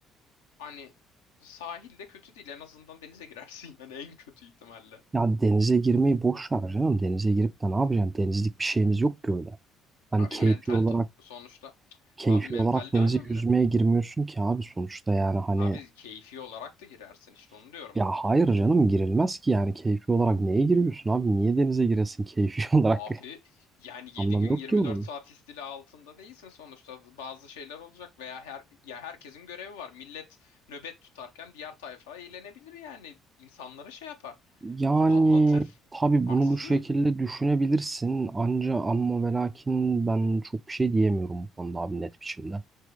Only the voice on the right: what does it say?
Ya denize girmeyi boş ver canım. Denize girip de ne yapacaksın? Denizlik bir şeyimiz yok ki öyle. Hani
keyfi
olarak
keyfi
olarak denize
yüzmeye girmiyorsun ki abi sonuçta yani hani
ya
hayır
canım girilmez ki yani keyfi olarak neye giriyorsun abi niye denize giresin keyfi <laughs> olarak
anlamı
yok
ki onun.
Yani
tabii
bunu bu şekilde
düşünebilirsin anca amma ve lakin ben çok bir şey diyemiyorum bu konuda abi net biçimde.